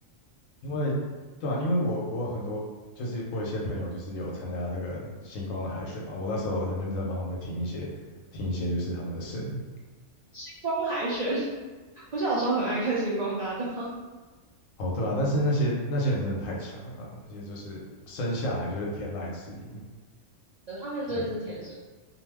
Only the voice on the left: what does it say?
因为对啊，因为我我有很多就是我有一些朋友就是有参加那个星光的海选嘛，我那时候很认真地帮他们听一些听一些就是他们的声音。
哦，对啊，但是那些那些人真的太强了啊，那些就是生下来就是天籁之音，
对不对？